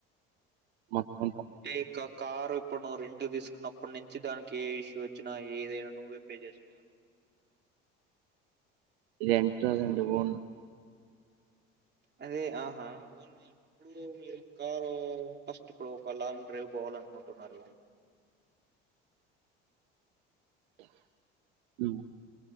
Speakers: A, on the right; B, on the right.
A: మొత్తం
B: టెకప్ కారు ఇప్పుడు నువ్వు రెంటు కు తీసుకున్నప్పటి నుంచి దానికీ ఏ ఇష్యూ వచ్చినా ఏదైనా నువ్వే పే చేసుకోవాలి.
A: లెంట లెంటు బూన్
B: అదే ఆహా ఓన్ అప్పుడు మీరు కారూ ఫస్ట్ ఇప్పుడు ఒక లాంగ్ డ్రైవ్ బోవా కూడ అనుకుంటున్నారు.
A: ఉమ్